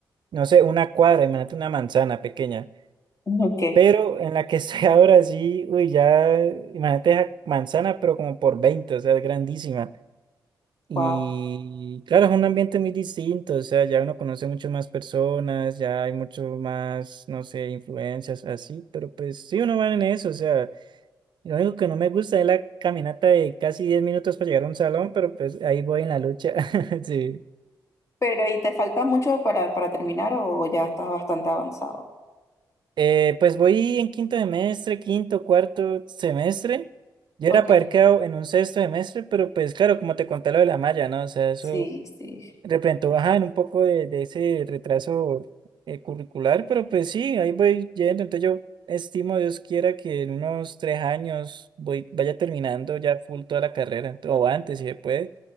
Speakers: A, on the right; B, on the left.
A: no sé, una cuadra, imagínate una manzana pequeña.
B: Ok,
A: Pero en la que estoy <laughs> ahora sí, uy, ya, imagínate esa manzana, pero como por 20 o sea, es grandísima.
B: wow.
A: Y claro, es un ambiente muy distinto, o sea, ya uno conoce mucho más personas, ya hay mucho más, no sé, influencias así, pero pues sí, uno va en eso, o sea, lo único que no me gusta es la caminata de casi 10 minutos para llegar a un salón, pero pues ahí voy en la lucha, <laughs> sí.
B: Pero, ¿y te falta mucho para, para terminar o ya estás bastante avanzado?
A: Eh, pues voy en quinto semestre, quinto, cuarto semestre. Yo
B: Ok,
A: era para haber quedado en un sexto semestre, pero pues claro, como te conté lo de la malla, ¿no? O sea, eso
B: sí, sí,
A: representó bajar en un poco de, de ese retraso eh, curricular, pero pues sí, ahí voy yendo. Entonces yo estimo, Dios quiera, que en unos tres años voy, vaya terminando ya full toda la carrera, ent- o antes si se puede.